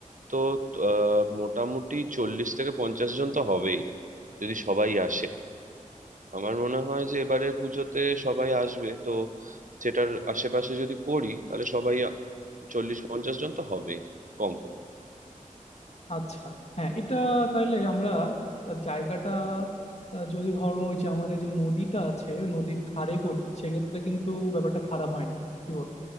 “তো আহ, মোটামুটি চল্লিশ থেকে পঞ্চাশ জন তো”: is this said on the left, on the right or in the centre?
Right